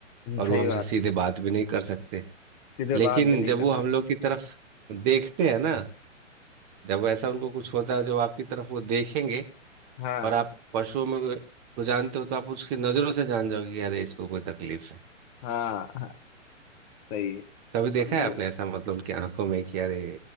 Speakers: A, on the right; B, on the left.
A: और
B: सही
A: वो हमसे
B: बात
A: सीधे
B: है
A: बात भी नहीं कर सकते
B: सीधे
A: लेकिन
B: बात भी नहीं
A: जब
B: कर
A: वो
B: सकते
A: हम लोग की तरफ देखते हैं ना जब ऐसा उनको कुछ होता है जब आपकी तरफ वो देखेंगे
B: हाँ
A: और आप पशुओं में को जानते हो तो आप उसकी नजरों से जान जाओगे कि अरे इसको कोई तकलीफ है
B: हाँ हाँ सही है
A: कभी देखा
B: और
A: है
B: वो
A: आपने ऐसा मतलब उनकी आंखों में कि अरे